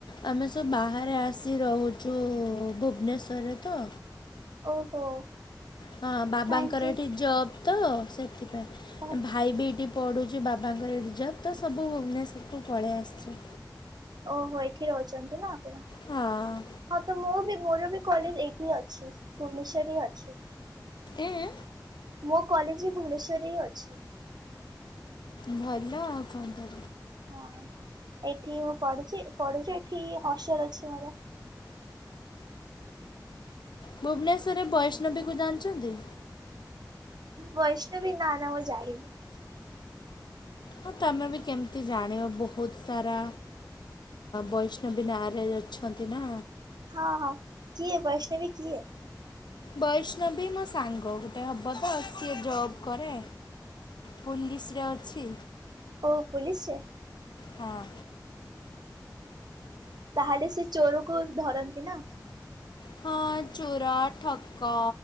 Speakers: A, on the left; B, on the right.
A: ଆମେ ସବୁ ବାହାରେ ଆସି ରହୁଛୁ ଭୁବନେଶ୍ୱରରେ ତ।
B: ଓହୋ
A: ହଁ ବାବାଙ୍କର
B: କାହିଁକି
A: ଏଠି ଜବ୍ ତ ସେଥିପାଇଁ
B: ଓ
A: ଭାଇ ବି ଏଠି ପଡ଼ୁଛି ବାବାଙ୍କର ରିଜର୍ଭ ତ ସବୁ ଭୁବନେଶ୍ୱରକୁ ପଳେଇ ଆସିଛୁ।
B: ଓହୋ ଏଠି ରହୁଛନ୍ତି ନା ଆପଣ?
A: ହଁ
B: ହଁ ତ ମୁଁ ବି ମୋର ବି କଲେଜ ଏଇଠି ଅଛି ଭୁବନେଶ୍ଵର ହିଁ ଅଛି।
A: ଏଁ
B: ମୋ କଲେଜ ବି ଭୁବନେଶ୍ୱରରେ ହି ଅଛି।
A: ଭଲ ଆଉ କଣ
B: ହଁ ଏଠି ମୁଁ ପଢୁଛି ପଢୁଛି ଏଠି ହସଲ ଅଛି ମୋର।
A: ଭୁବନେଶ୍ୱରରେ ବୈଷ୍ଣବୀକୁ ଜାଣିଛନ୍ତି।
B: ବୈଷ୍ଣୁବି ନା ନା ମୁଁ ଜାଣିନି।
A: ହଁ ତମେ ବି କେମିତି ଜାଣିବ ବହୁତ ସାରା ବୈଷ୍ଣବୀ ନାଁରେ ଜଉ ଅଛନ୍ତି ନା।
B: ହଁ ହଁ କିଏ ବୈଷ୍ଣବୀ କିଏ?
A: ବୈଷ୍ଣବୀ ମୋ ସାଙ୍ଗ ଗୋଟେ ହବ ତ ସିଏ ଜବ୍ କରେ। ପୁଲିସରେ ଅଛି।
B: ଓ ପୁଲିସ ରେ।
A: ହଁ
B: ତାହେଲେ ସେ ଚୋରକୁ ଧରନ୍ତି ନା।
A: ହଁ ଚୋର ଠକ